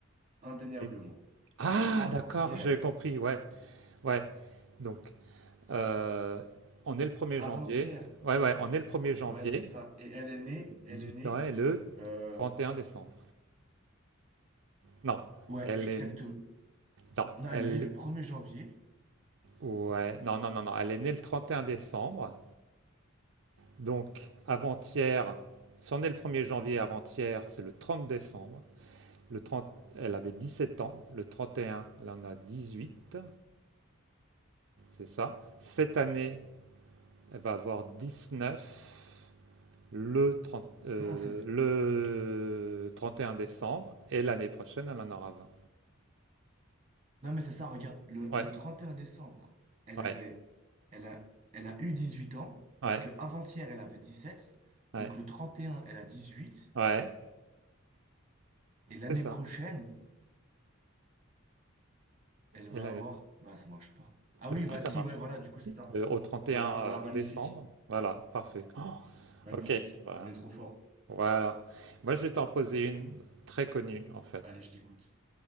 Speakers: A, on the right; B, on the right.
A: Indéniablement.
B: Et Ah
A: Avant-hier,
B: d'accord, j'ai compris, ouais, ouais. Donc, heu, on est le premier
A: avant-hier,
B: janvier. Ouais, ouais, on est le premier er janvier,
A: ouais, c'est ça. Et elle est née, elle
B: 18
A: est née,
B: ans et le
A: euh,
B: 31 décembre. Non,
A: ouais,
B: elle
A: exactement.
B: est non,
A: Non,
B: elle
A: elle est née le premier janvier.
B: ouais, non, non, non, non, elle est née le 31 décembre, donc avant-hier si on est le premier janvier, avant-hier, c'est le 30 décembre. Le trente elle avait 17 ans, le 31 elle en a dix huit c'est ça. Cette année, elle va avoir 19 le, 30 euh,
A: Non, c'est,
B: le 31 décembre et l'année prochaine, elle en aura 20.
A: non, mais c'est ça, regarde, le,
B: Ouais,
A: le 31 décembre, elle
B: ouais,
A: avait, elle a, elle a eu 18 ans,
B: ouais,
A: parce que avant-hier, elle avait 17.
B: ouais,
A: donc le 31, elle a 18.
B: ouais,
A: et l'année
B: c'est ça.
A: prochaine, elle va
B: Et l'année
A: avoir,
B: prochaine.
A: bah, ça marche pas. Ah
B: ben,
A: oui,
B: si
A: bah
B: ça
A: si,
B: marche,
A: ouais, voilà, du coup, c'est
B: si,
A: ça.
B: euh, au 31
A: Voilà, bah,
B: euh,
A: magnifique,
B: décembre, voilà, parfait. Oh,
A: magnifique,
B: ok, voilà.
A: on est trop fort.
B: Voilà. Moi, je vais t'en poser une très connue, en fait.
A: Allez, je t'écoute.